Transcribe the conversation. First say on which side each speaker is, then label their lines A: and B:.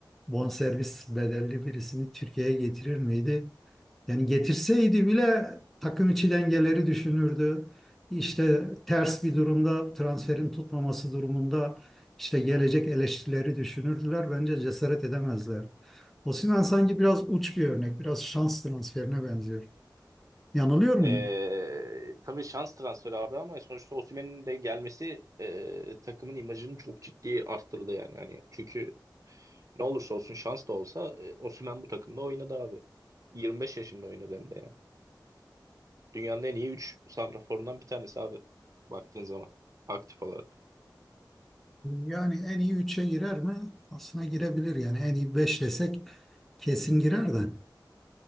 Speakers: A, in the centre; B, on the right (about 45°).
A: bonservis bedelli birisini Türkiye'ye getirir miydi? Yani getirseydi bile takım içi dengeleri düşünürdü. İşte ters bir durumda transferin tutmaması durumunda işte gelecek eleştirileri düşünürdüler. Bence cesaret edemezler. Osimhen sanki biraz uç bir örnek, biraz şans transferine benziyor. Yanılıyor muyum?
B: Ee, tabii şans transferi abi ama sonuçta Osimhen'in de gelmesi e, takımın imajını çok ciddi arttırdı yani. Yani çünkü ne olursa olsun şans da olsa e, Osimhen bu takımda oynadı abi. 25 yaşında oynadı hem de yani. Dünyanın en iyi 3 santraforundan bir tanesi abi. Baktığın zaman aktif olarak.
A: Yani en iyi üçe girer mi? Aslına girebilir yani en iyi 5 desek kesin girer de.